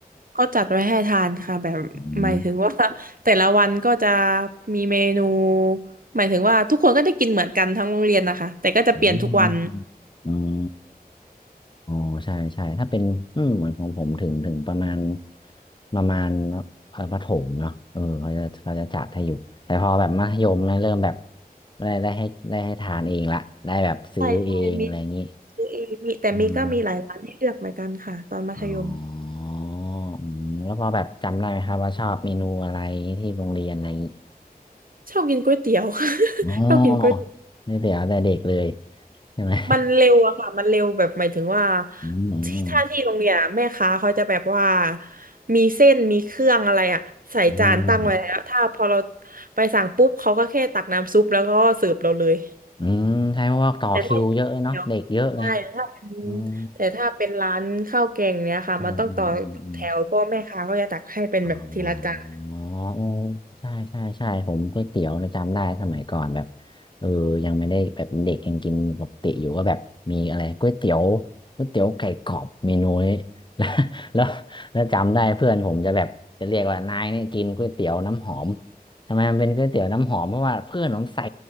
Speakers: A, on the right; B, on the left.
A: เขาจัดไว้ให้ทานค่ะแบบหมายถึงว่า
B: อืม
A: <laughs> แต่ละวันก็จะมีเมนูหมายถึงว่าทุกคนก็จะกินเหมือนกันทั้งโรงเรียนนะคะแต่ก็จะเปลี่ยนทุกวัน
B: อืมอืม อ๋อใช่ใช่ถ้าเป็นอืมเหมือนของผมถึงถึงประมาณประมาณเอ่อประถมเนาะเออเขาจะเขาจะจัดให้อยู่แต่พอแบบมัธยมเนี่ยเริ่มแบบได้ได้ให้ได้ให้ทานเองละได้แบบซื้อเองอะไรอย่างนี้
A: ใช่ใช่มีซื้อเองมีแต่มีก็มีหลายร้านให้เลือกเหมือนกันค่ะตอนมัธยม
B: อืมอ๋ออืมแล้วพอแบบจำได้ไหมครับว่าชอบเมนูอะไรที่โรงเรียนอะไรอย่างนี้
A: ชอบกินก๋วยเตี๋ยว <laughs>
B: อ๋อนี่เดี๋ยวแต่เด็กเลย
A: ชอบกินก๋วยเตี๋ยว
B: ใช่ไหม
A: มันเร็วอะค่ะมันเร็วแบบหมายถึงว่า
B: <laughs> อื
A: ที่ถ้าที่โรงเรียนอะแม่ค้าเขาจะแบบว่า
B: ม
A: มีเส้นมีเครื่องอะไรอะใส่จานตั้งไว้แล้วถ้าพอเรา
B: อืมอืม
A: ไปสั่งปุ๊บเขาก็แค่ตักน้ำซุปแล้วก็เสิร์ฟเราเลย
B: อืมใช่เพราะว่าต่อคิวเยอะเเนาะเด็กเยอะไง
A: แต่ถ้าเดี๋ยวใช่ถ้าเป็น
B: อืม
A: แต่ถ้าเป็นร้านข้าวแกงเนี้ยค่ะมันต้องต่อแถวเพราะแม่ค้าก็จะตักให้เป็นแบบทีละจาน
B: อ๋ออืมอืมอืมอ๋ออ๋อโอ้ใช่ใช่ใช่ผมก๋วยเตี๋ยวนะจำได้สมัยก่อนแบบเออยังไม่ได้แบบเด็กยังกินปกติอยู่ก็แบบมีอะไรก๋วยเตี๋ยวก๋วยเตี๋ยวไก่กรอบเมนูนี้ <laughs> แล้วแล้วแล้วจำได้เพื่อนผมจะแบบจะเรียกว่านายเนี่ยกินก๋วยเตี๋ยวน้ำหอมทำไมมันเป็นก๋วยเตี๋ยวน้ำหอมเพราะว่าเพื่อนผมใส่